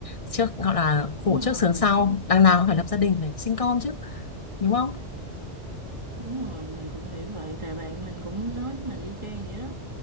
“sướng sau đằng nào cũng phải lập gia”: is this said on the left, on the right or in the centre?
Left